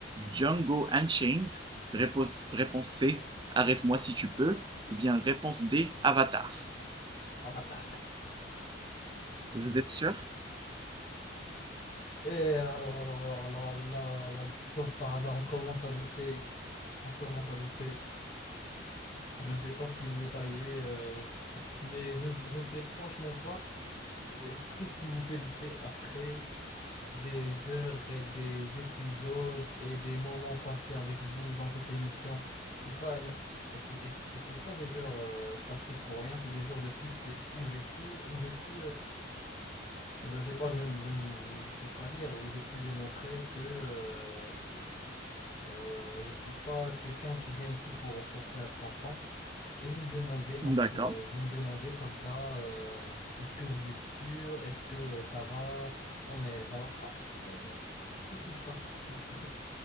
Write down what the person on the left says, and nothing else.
Avatar.
Et alors, alors, alors, alors, là, là, comme par hasard, on commence à douter. On commence à douter. Je ne sais pas ce qui vous est arrivé, euh, mais je, ne- je ne sais franchement pas. Qu'est-ce qu'est-ce qui vous fait douter après des heures et des épisodes et des moments passés avec vous dans cette émission? C'est pas, un- et, c'est- et ce et ce n'est pas des heures euh, passées pour rien, c'est des heures de succès où j'ai pu, où j'ai pu euh, je ne sais pas, je, ne je ne vous le fais pas dire, où j'ai pu démontrer que euh, euh, je ne suis pas quelqu'un qui vient ici pour, pour perdre son temps. Et vous me demandez, donc,
euh, vous me demandez comme ça, euh, est-ce que vous êtes sûr? Est-ce que euh, ça va? Non, mais ça va pas. euh, qu'est-ce qui se passe? <laughs>